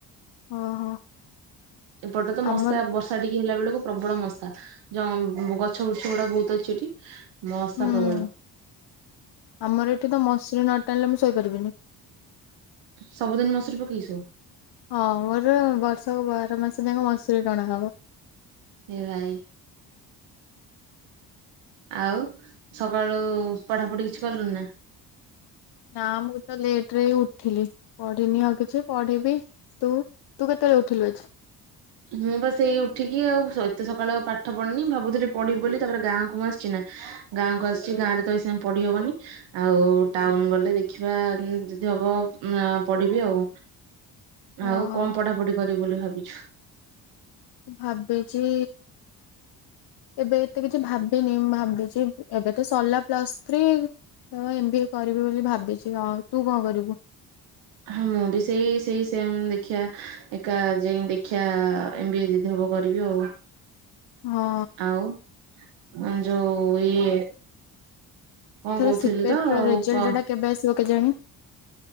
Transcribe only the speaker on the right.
ଏପଟ ତ ମସା
ବସ୍ ସା ଟିକେ ହେଲା ବେଳକୁ ପ୍ରବଳ ମଶା। ଯ ଗଛ ବୃଛ ଗୁଡା ବହୁତ ଅଛି ଏଠି। ମଶା
ପ୍ରବଳ।
ସବୁଦିନ ମସୁରୀ ପକେଇ ସୁଅ?
ଏ ଭାଇ। ଆଉ ସକାଳୁ ପଢ଼ାପଢ଼ି କିଛି କଲୁ ନା?
ମୁଁ ବା ସେଇ ଉଠିକି ଆଉ ଏତେ ସକାଳେ ଆଉ ପାଠ ପଢିନି। ଭାବୁଥିଲି ପଢିବ ବୋଲି ତାପରେ ଗାଁ କୁ ମୁଁ ଆସିଚ ନା। ଗାଁକୁ ଆସିଚି ଗାଁରେ ତ ଏ ସିନା ପଡି ହବନି। ଆଉ ଟାଉନ ଗଲେ ଦେଖିବା ଉଁ ଯଦି ହବ ଅ ପଢିବି ଆଉ।
ଆଉ କଣ ପଢାପଢି କରିବୁ ବୋଲି ଭାବିଚୁ?
ହଁ ମୁଁ ବି ସେଇ ସେଇ ସେମ ଦେଖିବା ଏକା ଯାଇ ଦେଖିବା ଏମ ବି ଏ ଯଦି ହବ କରିବି ଆଉ।
ଆଉ ଅ ଯୋଉ ଇଏ କଣ
କହୁଥିଲି
ତ
ଆଉ
କ